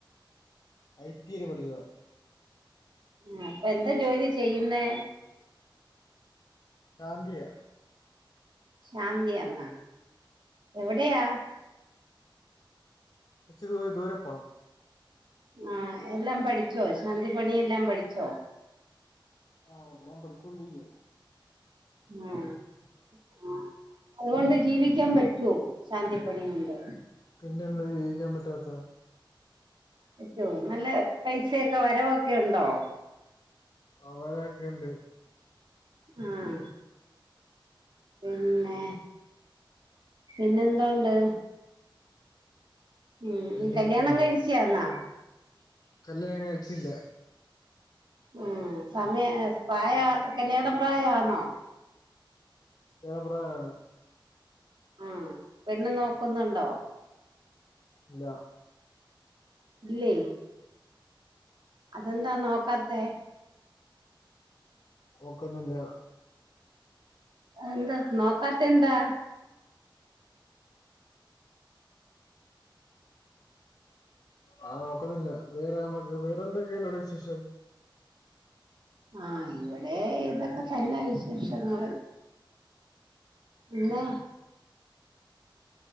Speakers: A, on the left; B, on the right.
A: ഐ ടി വരെ പഠിച്ചതാ
B: ആഹ് അപ്പൊ എന്താ ജോലി ചെയ്യുന്നേ?
A: ശാന്തിയ.
B: ശാന്തിയാന്നാ, എവിടെയാ?
A: ഇച്ചിരി ദൂര ദൂരെ പോണം
B: ആഹ് എല്ലാം പഠിച്ചോ ശാന്തി പണിയെല്ലാം പഠിച്ചോ?
A: ആഹ് എല്ലാം പഠിച്ചോണ്ടിരിക്കുവാ
B: ആഹ് ആഹ്, അതുകൊണ്ട് ജീവിക്കാൻ പറ്റോ ശാന്തിപ്പണി കൊണ്ട്
A: പിന്നെ എന്താ ജീവിക്കാൻ പറ്റാത്ത
B: പറ്റോ നല്ല പൈസയൊക്കെ വരവൊക്കെ ഉണ്ടോ
A: ആഹ് വരവൊക്കെണ്ട്
B: ആഹ് പിന്നെ പിന്നെന്തോണ്ട് ഉം
A: പിന്നെ
B: നീ കല്യാണം
A: ഒന്നുമില്ല
B: കഴിച്ചയാന്നാ
A: കല്യാണം കഴിച്ചില്ല
B: ഉം സമയ പ്രായം കല്യാണ പ്രായാന്നോ
A: കല്ല്യാണ പ്രായാണ്.
B: ഉം പെണ്ണ് നോക്കുന്നുണ്ടോ?
A: ഇല്ല
B: ഇല്ലേ അതെന്താ നോക്കാത്തേ
A: നോക്കുന്നില്ല.
B: എന്താ നോക്കാത്തെ എന്താ
A: ആ നോക്കുന്നില്ല വേറെ നമ്മക്ക് വേറെന്തൊക്കെയോവിടെ വിശേഷം?
B: ആഹ് ഇവിടെ ഇതൊക്കെ തന്നെ വിശേഷങ്ങള്. പിന്ന